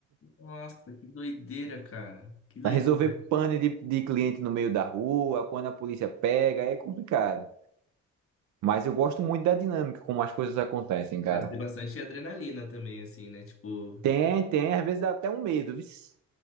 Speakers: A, on the left (about 45°); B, on the right (about 70°).
A: Nossa, que doideira, cara. Que doideira.
B: Vai resolver pane de, de cliente no meio da rua, quando a polícia pega, é complicado. Mas eu gosto muito da dinâmica como as coisas acontecem, cara.
A: Deve ter bastante adrenalina também, assim, né? Tipo,
B: Tem, tem, às vezes dá até um medo, vixe.